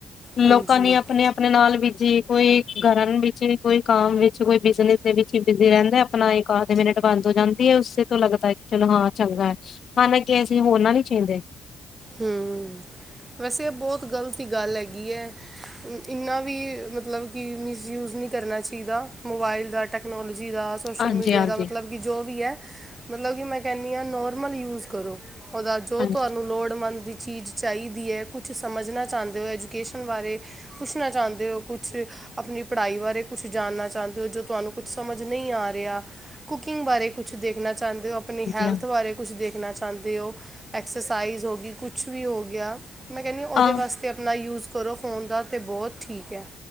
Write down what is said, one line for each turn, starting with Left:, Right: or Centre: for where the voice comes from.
Right: ਹਾਂਜੀ
Left: ਲੋਕਾਂ ਨੇ ਆਪਣੇ ਆਪਣੇ ਨਾਲ ਵੀ। ਜੀ ਕੋਈ ਘਰਾਂ ਵਿੱਚ ਕੋਈ ਕੰਮ ਵਿੱਚ ਕੋਈ ਬਿਜਨਸ ਦੇ ਵਿੱਚ ਬਿਜ਼ੀ ਰਹਿੰਦਾ ਆਪਣਾ ਮ। ਬੰਦ ਹੋ ਜਾਂਦੀ ਹੈ ਉਸੇ ਤੋਂ ਲੱਗਦਾ ਹੈ ਕਿ ਚਲੋ ਹਾਂ ਚੰਗਾ ਹੈ ਮੰਨਗੇ ਅਸੀਂ ਹੋਰ ਨਾ ਨਹੀਂੀ ਚਾਹੀਦੇ।
Right: ਹਮ ਵੈਸੇ ਇਹ ਬਹੁਤ ਗ਼ਲਤ ਗੱਲ ਹੈਗੀ ਹੈ। ਇੰਨਾ ਵੀ ਮਤਲਬ ਕਿ ਮਿਸਯੂਜ ਨਹੀਂ ਕਰਨਾ ਚਾਹੀਦਾ ਮੋਬਾਈਲ ਦਾ ਟੈਕਨੋਲਜਜੀ। ਜੀਹਦਾ ਸੋਸ਼ਲ
Left: ਹਾਂਜੀ-ਹਾਂਜੀ,
Right: ਮੀਡੀਆ ਦਾ ਮਤਲਬ ਕਿ ਜੋ ਵੀ ਹੈ। ਮਤਲਬ ਕਿ ਮੈਂ ਕਹਿੰਦੀ ਹ ਨੋਰਮਲ ਯੂਜ ਕਰੋ ਦਾ ਜੋ
Left: ਹਾਂਜੀ-ਹਾਂਜੀ,
Right: ਤੁਹਾਨੂੰ ਲੋੜ। ਦੀ ਚੀਜ਼ ਚਾਹੀਦੀ ਹੈ ਕੁਛ ਸਮਝਣਾ ਚਾਹੁੰਦੇ ਹੋ ਐਜੂਕੇਸ਼ਨ ਬਾਰੇ ਪੁੱਛਣਾ ਚਾਹੁੰਦੇ ਹੋ ਕੁਛ। ਆਪਣੀ ਪੜ੍ਹਾਈ ਬਾਰੇ ਕੁਛ ਜਾਣਨਾ ਚਾਹੁੰਦੇ ਹੋ ਜੋ ਤੁਹਾਨੂੰ ਕੁਛ ਸਮਝ ਨਹੀਂ ਆ ਰਿਹਾ। ਕੁਕਿੰਗ ਬਾਰੇ ਕੁੱਛ ਦੇਖਣਾ। ਚਾਹੁੰਦੇ ਹੋ ਆਪਣੀ ਹੈਲਥ
Left: ਹਾਂਜੀ
Right: ਬਾਰੇ ਕੁਛ ਦੇਖਣਾ ਚਾਹੁੰਦੇ ਹੋ ਐਕਸਰਸਾਈਜ਼ ਹੋ। ਕੁਛ ਵੀ ਹੋ ਗਿਆ ਮੈਂ ਕਹਿੰਦੀ ਉਹਦੇ
Left: ਹਾਂ।
Right: ਵਾਸਤੇ ਆਪਣਾ ਯੂਜ ਕਰੋ ਫ਼ੋਨ ਦਾ ਤਾਂ ਬਹੁਤ ਠੀਕ ਹੈ।